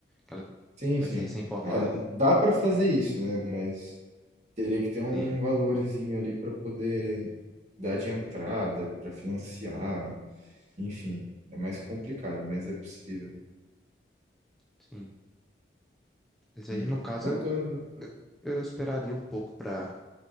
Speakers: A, in the centre; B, on the right (about 35°).
A: Ela
B: sim,
A: vai
B: sim.
A: ser recém-formada.
B: É, dá para fazer isso, né? Mas teria que ter um
A: Sim,
B: valorzinho ali para poder dar de entrada, para financiar, enfim, é mais complicado, mas é possível.
A: sim. Mas aí,
B: Uhum.
A: no caso,
B: Bacana,
A: eu,
B: bacana.
A: eu esperaria um pouco pra,